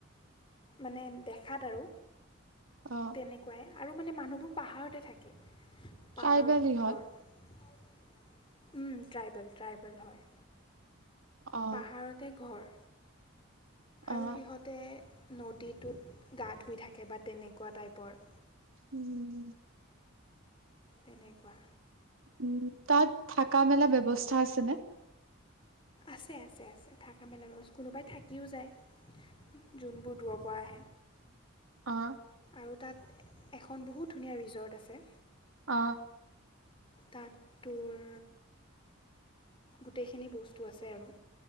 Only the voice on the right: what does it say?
অ
ট্ৰাইবেল
ইহঁত
অ
অ
উম
উম তাত থকা মেলা ব্যৱস্থা আছে আছে নে
অঁ
অঁ